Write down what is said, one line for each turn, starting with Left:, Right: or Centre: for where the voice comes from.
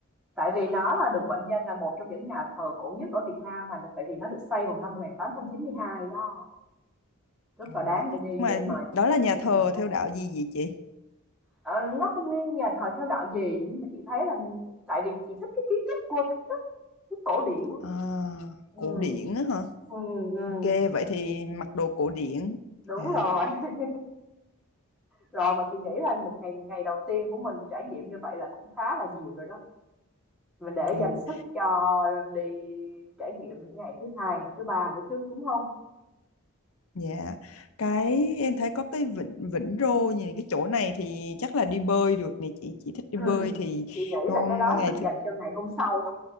Centre: Tại vì nó là được mệnh danh là một trong những nhà thờ cổ nhất ở Việt Nam mà tại vì nó được xây vào năm 1892 đó rất
Left: Rồi.
Centre: là đáng để
Left: Nhưng
Centre: đi
Left: mà
Centre: để mời
Left: đó
Centre: chụp
Left: là nhà
Centre: chụp
Left: thờ
Centre: hình
Left: theo đạo gì vậy chị?
Centre: Ờ, nó không nguyên nhà thờ theo đạo gì nhưng mà chị thấy là tại vì chị thích cái kiến trúc Gothic á, cái cổ điển á.
Left: À,
Centre: ừ,
Left: cổ điển á hả?
Centre: ừ, ừ,
Left: Ok, vậy thì mặc đồ cổ điển.
Centre: đúng
Left: À,
Centre: rồi <laughs> rồi mà chị nghĩ là một ngày ngày đầu tiên của mình trải nghiệm như vậy là cũng khá là nhiều rồi đó mình để dành
Left: ừ,
Centre: sức cho đi trải nghiệm những ngày thứ hai ngày thứ ba nữa chứ đúng không
Left: dạ. Cái em thấy có cái vịnh Vĩnh Rô như cái chỗ này thì chắc là đi bơi được nè chị. Chị thích đi
Centre: ừ.
Left: bơi thì
Centre: chị nghĩ
Left: hôm
Centre: là cái đó là
Left: ngày
Centre: mình dành
Left: thứ
Centre: cho ngày hôm sau